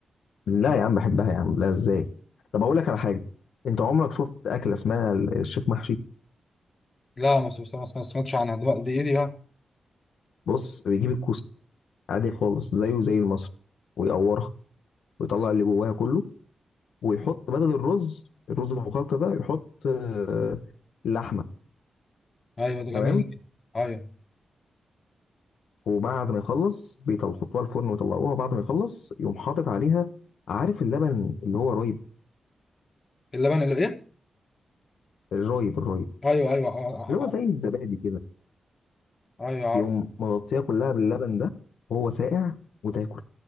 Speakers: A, on the left; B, on the left.
A: لا يا عم بحبها يا عم لا ازاي طب اقول لك على حاجه انت عمرك شفت اكله اسمها الشيخ محشي
B: لا ما سم- ما سم- ما سمعتش عنها دي بقى- دي ايه دي بقى
A: بص بيجيب الكوسه عادي خالص زيه زي المصري ويقورها ويطلع اللي جواها كله ويحط بدل الرز الرز المخلط ده يحط آه، لحمه
B: ايوه ده جميل
A: تمام
B: ايوه
A: وبعد ما يخلص بيحطوها الفرن ويطلعوها بعد ما يخلص يقوم حاطط عليها عارف اللبن اللي هو رايب
B: اللبن اللي ايه
A: الرايب الرايب
B: ايوه ايوه آه،
A: اللي هو
B: آه،
A: زي الزبادي كده
B: آه، ايوه عارف
A: يقوم مغطيها كلها باللبن ده وهو ساقع وتاكل